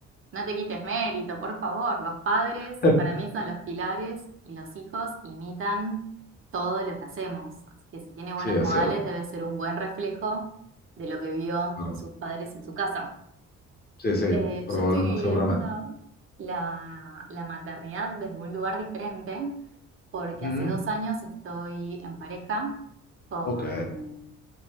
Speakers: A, on the right; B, on the left.
A: No te quites mérito, por favor. Los padres
B: <laughs>
A: para mí son los pilares y los hijos imitan todo lo que hacemos. Así que si tiene buenos
B: Sí,
A: modales
B: es cierto,
A: debe ser un buen reflejo de lo que vio
B: claro.
A: de sus padres en su casa.
B: Sí, sí,
A: Eh,
B: probablemente,
A: yo estoy viviendo
B: seguramente.
A: la, la maternidad desde un lugar diferente porque
B: Ujú,
A: hace dos años estoy en pareja con,
B: Ok.